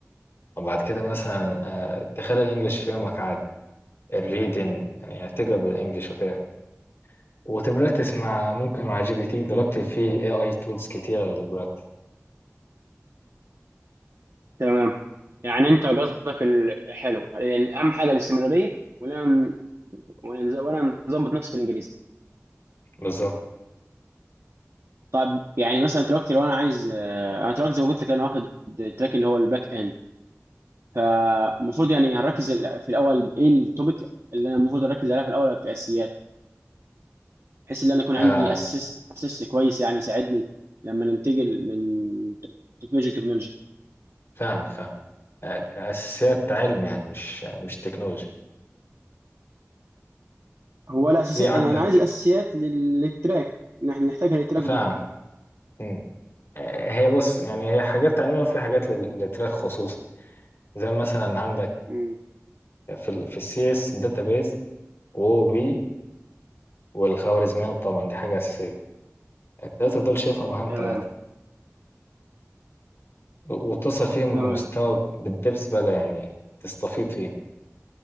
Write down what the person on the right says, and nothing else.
تمام يعني انت قصدك ال- حلو يعني اهم حاجه الاستمراريه ولا ولا ولا نظبط نفسي في الانجليزي
طب يعني مثلا دلوقتي لو انا عايز آه، انا دلوقتي زي ما قلت لك انا واخد التراك اللي هو الباك اند فالمفروض يعني هنركز ال- في الاول ايه التوبيك اللي انا المفروض اركز عليها في الاول كاساسيات بحيث ان انا يكون عندي
اساس اساس كويس يعني يساعدني لما ننتقل من تكنولوجيا لتكنولوجيا
هو الاساسيات
انا أنا عايز الاساسيات لل- للتراك إن احنا نحتاجها للتراك
دي
مم.
تمام
تمام